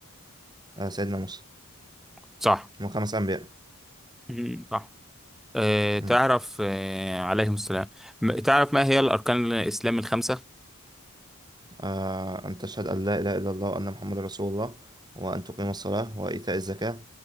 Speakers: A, on the right; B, in the centre.
A: وسيدنا موسى
B: صح
A: هم خمس انبياء
B: امم صح أه تعرف
A: مم.
B: أه عليهم السلام م- تعرف ما هي الأركان الإسلام الخمسة
A: آه، ان تشهد ان لا اله الا الله وان محمد رسول الله وان تقيم الصلاه وايتاء الزكاه